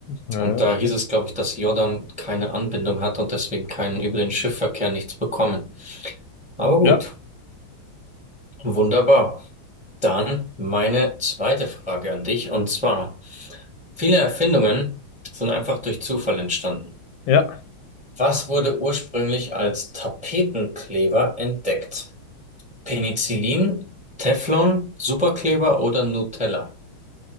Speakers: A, on the left; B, in the centre.
A: Ja,
B: Und
A: ja,
B: da
A: stimmt.
B: hieß es, glaube ich, dass Jordan keine Anbindung hat und deswegen keinen über den Schiffverkehr nichts bekommen. Aber gut.
A: ja.
B: Wunderbar. Dann meine zweite Frage an dich und zwar, viele Erfindungen sind einfach durch Zufall entstanden.
A: ja.
B: Was wurde ursprünglich als Tapetenkleber entdeckt? Penicillin, Teflon, Superkleber oder Nutella?